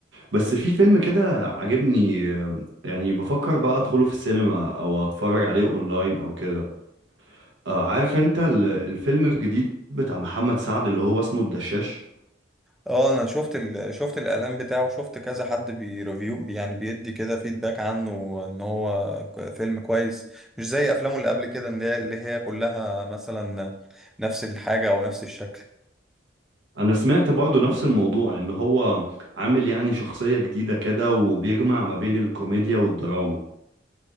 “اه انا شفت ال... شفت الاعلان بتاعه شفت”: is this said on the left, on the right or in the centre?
Centre